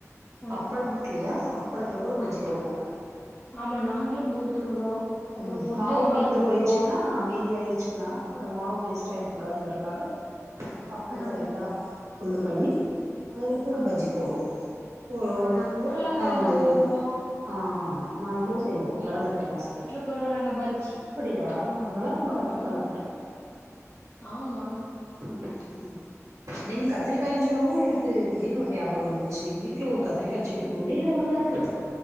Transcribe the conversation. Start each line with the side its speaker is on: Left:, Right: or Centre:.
Left: ஆ
Right: அப்பளம் இருக்குலையா அப்பளத்துல கூட
Left: ஆ
Right: பஜ்ஜி போடுவோ
Left: ஆமா நாங்களு போட்ருக்குறோ அப்புறோ
Right: உம்
Left: பொட்டேட்டோல
Right: மாவு மீந்து
Left: போடுவோ
Right: போய்ச்சுன்னா மீதியாய்ர்சுன்னா அந்த மாவு வேஸ்ட்டா ஆயிருக் கூடாதுங்கறக்காக அப்பளத்த
Left: ஆ
Right: ரெண்டா துண்டு பண்ணி அதுல கூட பஜ்ஜி போடுவோ போரூ
Left: ஆ நாங்க உருளக்கெழங்குல
Right: அம்
Left: போடுவோ
Right: ஆ நாங்ளு செய்வோ மறந்துட்டே நா சொல்ல
Left: க்குறோ நாங்க பஜ்ஜி
Right: அப்படியா நல்லா இருக்குமா கத்திரிக்கால
Left: ஆமா ஆமா
Right: ம்ம் உம் நீங்க கத்திரிக்காய்ன் சொல்லவு எனக்கு திடீன்னு ஒரு ஞாபகோ வந்துருச்சு எங்க வீட்டுல ஒரு கத்திரிக்காய் செடி ஒன்னே ஒன்னுதா இருக்கு